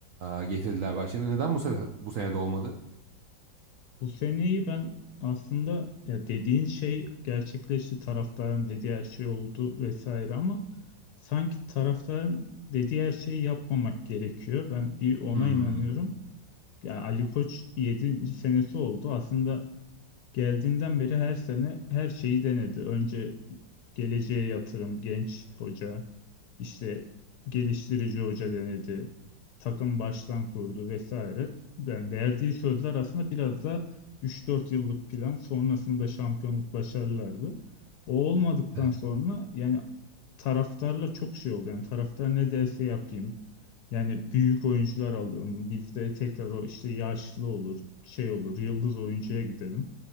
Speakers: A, on the right; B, on the left.
A: e, getirdiler Bahçe'ne. Neden bu sene, bu sene de olmadı?
B: Bu seneyi ben aslında ya dediğin şey gerçekleşti. Taraftarın dediği her şey oldu vesaire ama sanki taraftarın dediği her şeyi yapmamak gerekiyor. Ben bir ona
A: Hmm.
B: inanıyorum. Ya Ali Koç yedinci senesi oldu. Aslında Geldiğinden beri her sene her şeyi denedi. Önce geleceğe yatırım, genç hoca, işte geliştirici hoca denedi. Takım baştan kurdu vesaire. Yani verdiği sözler aslında biraz da 3-4 yıllık plan sonrasında şampiyonluk başarılardı. O olmadıktan
A: Evet,
B: sonra yani taraftarla çok şey oldu. Yani taraftar ne derse yapayım. Yani büyük oyuncular alıyorum. Bizde tekrar o işte yaşlı olur, şey olur, yıldız oyuncuya gidelim.